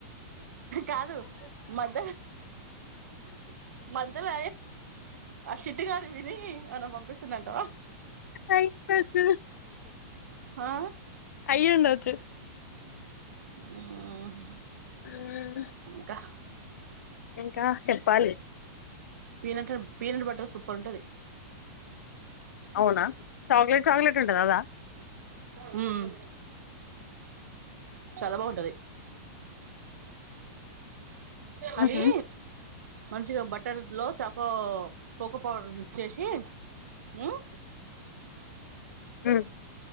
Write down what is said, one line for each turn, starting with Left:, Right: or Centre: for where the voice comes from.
Right: కాదు మధ్య మధ్యల చిట్టుకాడి విని ఏం అన్న పంపిస్తున్నంటవ
Left: అయ్యుండొచ్చు
Right: ఆ
Left: అయ్యుండొచ్చు
Right: హుమ్మ్
Left: మ్మ్
Right: ఇంకా
Left: ఇంకా చెప్పాలి
Right: పీనట్ పీనట్ బట్టర్ సూపర్ ఉంటది
Left: అవునా చాక్లెట్ చాక్లెట్ ఉంటది అదా
Right: హుమ్మ్ చాలా బాగుంటది అది
Left: ఊహూ
Right: మంచిగా బట్ట ట్ట లో చకు పకో పా మిక్స్ చేసి హ్మ్మ్
Left: మ్మ్